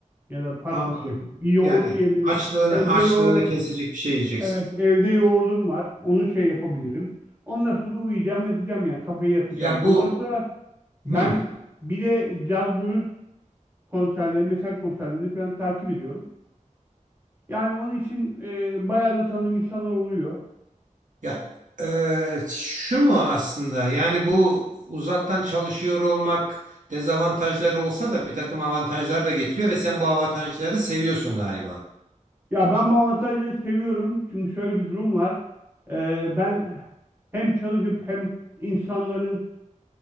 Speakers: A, on the right; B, on the right.
A: ya da farklı
B: Anladım.
A: bir şey. Bir yoğurt
B: Yani
A: yiyebilirim.
B: açlığını
A: Evde
B: açlığını
A: yoğur
B: kesecek bir şey yiyeceksin.
A: evet evde yoğurdum var. Onu şey yapabilirim.
B: Hı.
A: Ondan sonra da uyuyacağım, yatacağım yani kafayı yapacağım.
B: Ya
A: Ondan
B: bu
A: sonra ben
B: hı.
A: bir de caz blues konserleri, metal konserlerini falan takip ediyorum. Yani onun için eee bayağı da tanıdığım insanlar oluyor.
B: Ya eee, şu mu aslında yani bu uzaktan çalışıyor olmak dezavantajları olsa da bir takım avantajlar da getiriyor ve sen bu avantajları seviyorsun galiba.
A: Ya ben bu avantajı seviyorum çünkü şöyle bir durum var. Ee, ben hem çalışıp hem insanların